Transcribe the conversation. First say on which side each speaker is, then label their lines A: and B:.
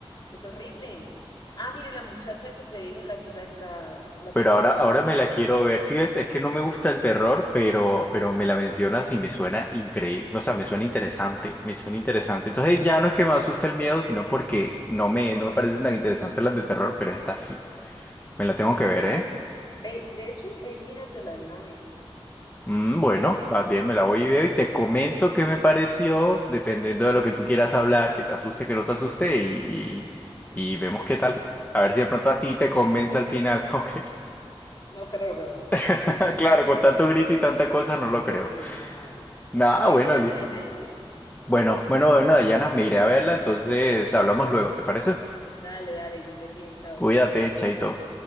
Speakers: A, on the left; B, on the left.
A: es horrible. Ah, mire, la muchacha que te digo, la que es la, la-
B: Pero
A: protagonista,
B: ahora, ahora me la
A: es...
B: quiero ver. Si ves? Es que no me gusta el terror, pero, pero me la mencionas y me suena increíble. O sea, me suena interesante. Me suena interesante. Entonces ya no es que me asuste el miedo, sino porque no me, no me parecen tan interesantes las de terror, pero esta sí. Me la tengo que ver, ¿eh?
A: Ve, de hecho, ve y míratela de una vez.
B: Mm, bueno, más bien me la voy y veo y te comento qué me pareció, dependiendo de lo que tú quieras hablar, que te asuste, que no te asuste y, y, y vemos qué tal. A ver si de pronto
A: Listo.
B: a ti te convence al final, <laughs> ¿ok?
A: No creo, pero,
B: <laughs>
A: pero sí.
B: Claro, con tanto grito y tanta cosa no lo creo.
A: Sí, no, no, no.
B: Nada,
A: Ve,
B: bueno,
A: y míratela
B: listo.
A: y me dices.
B: Bueno, bueno, bueno, Dayana, me iré a verla, entonces hablamos luego, ¿te parece?
A: Dale, dale, que estén bien, chao.
B: Cuídate, chaito.